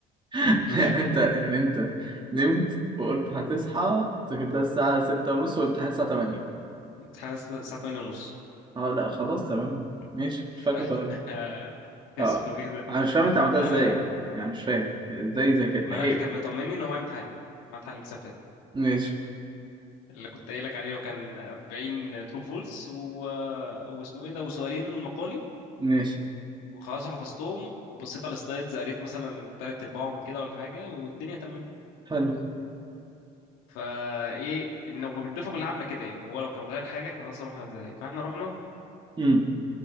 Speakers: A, on the right (about 25°); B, on the left (about 85°).
A: <laughs>
B: ماشي
A: يعني انت يعني انت نمت وقلت هتصحى ذاكرتها الساعة ستة ونص والامتحان الساعة تمانية
B: الامتحان الساعه 8:30
A: اه لا خلاص تمام ماشي
B: مم. ف
A: مش فاكره
B: <laughs>
A: تمام
B: اسمه
A: اه
B: ايه ده
A: انا مش فاهم انت عملتها
B: انا
A: ازاي يعني مش فاهم ازاي ذكاء
B: ما
A: لحقت
B: انا اللي كان مطمني ان هو معايا امتحان معايا امتحان الامتحان اللي فات
A: ماشي
B: اللي كنت قايل لك عليه وكان 40 ترو فولس و... واسمه ايه ده وسؤالين مقالي
A: ماشي
B: وخلاص حفظتهم وبصيت على السلايدز قريت مثلا تلات ارباعهم كده ولا حاجه والدنيا تمام
A: حلو
B: فايه انه الدفعه كلها عامله كده يعني هو لو كان غير حاجه احنا خلاص رحنا ازاي فاحنا رحنا
A: امم